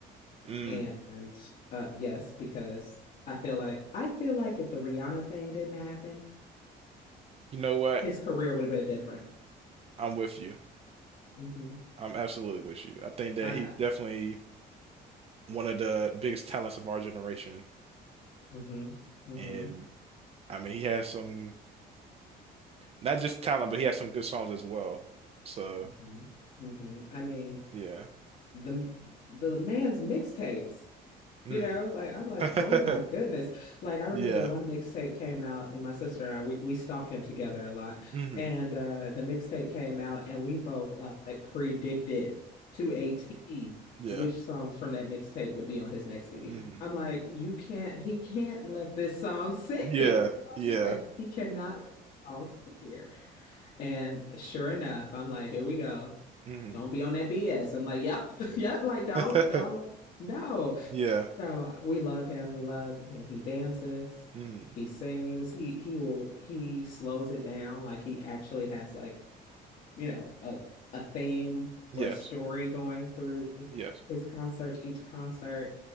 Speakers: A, on the right (about 35°); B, on the left (about 60°).
A: Mm,
B: And uh yes, because I feel like I feel like if the Rihanna thing didn't happen,
A: you know what?
B: his career would have been different.
A: I'm with you.
B: hmm
A: I'm absolutely with you. I think that
B: I,
A: he's
B: I
A: definitely one of the biggest talents of our generation.
B: hmm hmm
A: And I mean, he has some, not just talent, but he has some good songs as well. So,
B: hmm hmm I mean,
A: yeah.
B: the the man's mixtapes.
A: hmm
B: You know, like I'm like,
A: <laughs>
B: oh my goodness. Like I remember
A: Yeah.
B: one mixtape came out and my sister and I we, we stalk him together a lot.
A: hmm
B: And uh the mixtape came out and we both like, like predicted to a T
A: Yeah.
B: which songs from that mixtape would be on his next CD.
A: hmm
B: I'm like, you can't he can't let this song sit
A: Yeah.
B: here. You know, I'm
A: Yeah.
B: just like he cannot let this song sit here. And sure enough, I'm like, here we go.
A: hmm
B: Don't be on that BS. I'm like, yep, <laughs> yep, like don't,
A: <laughs>
B: don't no.
A: Yeah.
B: So uh, we love him. We love, you know, he dances,
A: hmm
B: he sings, he he will he slows it down. Like he actually has like, you know, a a theme or
A: Yes.
B: a story going through
A: Yes.
B: his concerts, each concert.